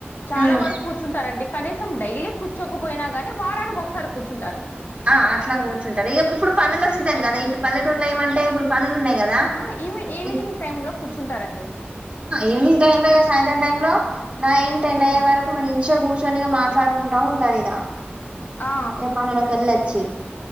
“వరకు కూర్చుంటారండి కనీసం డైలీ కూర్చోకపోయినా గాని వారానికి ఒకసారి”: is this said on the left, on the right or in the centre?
Left